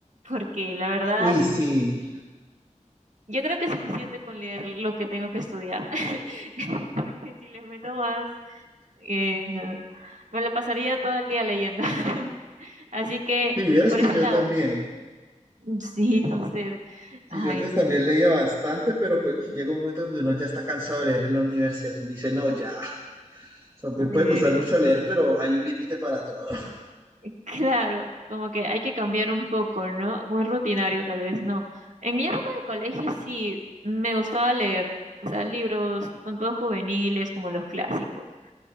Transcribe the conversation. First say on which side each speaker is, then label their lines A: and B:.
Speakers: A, on the right; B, on the right.
A: porque la verdad,
B: Uy, sí.
A: yo creo que es suficiente con leer lo que tengo que estudiar, <laughs> porque si les meto más, eh, no. Me la pasaría todo el día leyendo. <laughs> Así que
B: Si vieras
A: por
B: que
A: ese
B: yo
A: lado,
B: también.
A: ¿no? sí sucede.
B: Sí,
A: Ay,
B: yo antes también leía bastante, pero pues uf, llega un momento donde uno ya está cansado de leer en la universidad. Y uno dice, no, ya. O sea, me
A: sí.
B: puede gustar mucho leer, pero hay un límite para todo. <laughs>
A: <laughs> Claro, como que hay que cambiar un poco, ¿no? Muy rutinario tal vez, no. En mi época de colegio sí me gustaba leer, o sea, libros, tanto juveniles como los clásicos.